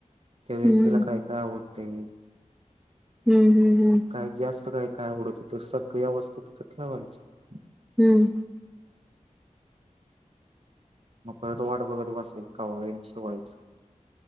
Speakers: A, on the right; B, in the centre.
A: त्या व्यक्तीला
B: हम्म
A: काय काय आवड <unintelligible>
B: हम्म. हम्म
A: काही जास्त काही काय आवडत होत, सगळ्या वस्तू तीथ ठेवायच्या
B: हम्.
A: मग परत वाट बघत बसायची कावंळ येऊन शिवायच